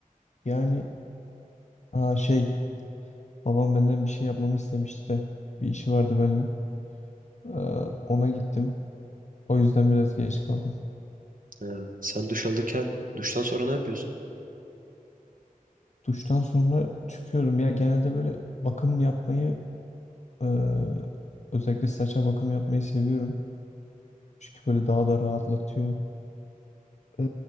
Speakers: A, on the left; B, on the right.
A: Yani aa şey babam benden bir şey yapmamı istemişti de bir işi vardı benimle. Ee, ona gittim. O yüzden biraz geç kaldım.
B: Ha, sen duş alırken duştan sonra ne yapıyorsun?
A: Duştan sonra çıkıyorum ya genelde böyle bakım yapmayı ee, özellikle saça bakım yapmayı seviyorum. Çünkü böyle daha da rahatlatıyor. Ee,